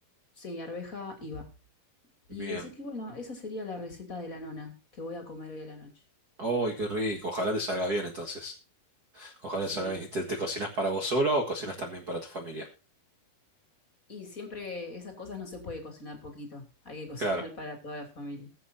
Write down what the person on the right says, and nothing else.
Bien.
¡Ay, qué rico! Ojalá te salga bien entonces. Ojalá
te salga bien. ¿Y ¿Te, te cocinas para vos sola o cocinas también para tu familia?
Claro,